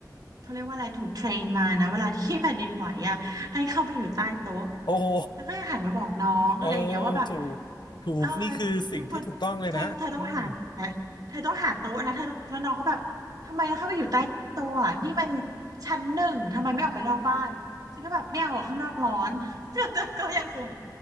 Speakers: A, on the right; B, on the left.
A: เขาเรียกว่าอะไรถูกเทรนมานะเวลาที่แผ่นดินไหวอ่ะให้เข้าไปอยู่ใต้โต๊ะ
B: โอ้โห
A: แล้วก็หันมาบอกน้องอะไรอย่างเงี้ยว่าแบบ
B: เออถูกถูกนี่คือสิ่งที่ถูกต้องเลยนะอืม
A: เอออยู่คนเธอเธอต้องหาเธอต้องหาโต๊ะนะเธอต้องแล้วน้องก็แบบทำไมต้องเข้าไปอยู่ใต้โต๊ะอะนี่มันชั้นหนึ่งทำไมไม่ออกไปนอกบ้านฉันก็แบบไม่เอาอะข้างนอกร้อน <laughs> แต่ก็ยังคง